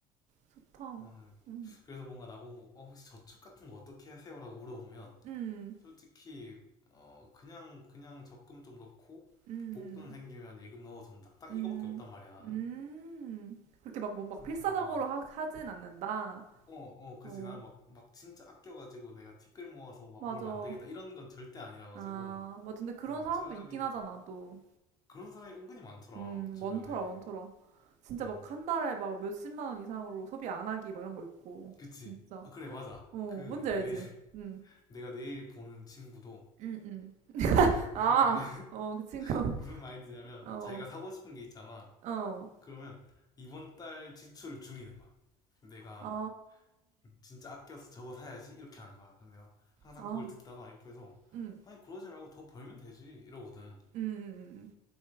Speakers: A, on the right; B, on the left.
A: 좋다.
B: 나는,
A: 응,
B: 그래서 뭔가 나보고, 어, 혹시 저축 같은 거 어떻게 하세요? 라고 물어보면,
A: 응,
B: 솔직히 어 그냥 그냥 적금 좀 넣고
A: 응,
B: 목돈 생기면 예금 넣어둔다. 딱
A: 응,
B: 이거밖에 없단 말이야 나는.
A: 응 그렇게 막, 뭐, 막
B: 그래서
A: 필사적으로 하, 하진 않는다.
B: 어 어 그지
A: 어,
B: 난 막 막 진짜 아껴가지고 내가 티끌 모아서 막
A: 맞아.
B: 뭘 만들겠다 이런 건 절대 아니라 가지고
A: 아, 맞아. 근데 그런
B: 음
A: 사람도
B: 차라리
A: 있긴 하잖아, 또.
B: 그런 사람이 은근히 많더라
A: 음,
B: 주변에
A: 많더라, 많더라. 진짜
B: 음
A: 막 한 달에 막 몇십만 원 이상으로 소비 안 하기 막 이런 거 있고.
B: 그치
A: 진짜.
B: 아 그래 맞아
A: 어,
B: 그
A: 뭔지 알지?
B: 내 <laughs>
A: 응,
B: 내가 내일 보는 친구도
A: 응, 응.
B: 무슨
A: 아,
B: 마인 <laughs>
A: 어, 그 친구. <laughs>
B: 무슨 마인드냐면
A: 어,
B: 자기가 사고 싶은 게 있잖아
A: 어.
B: 그러면 이번 달 지출을 줄이는 거야 내가
A: 아,
B: 음, 진짜 아껴서 저거 사야지 이렇게 하는 거야. 근데 내가 항상
A: 아,
B: 그걸 듣다가 옆에서
A: 응,
B: 아니 그러지 말고 더 벌면 되지 이러거든.
A: 응, 응,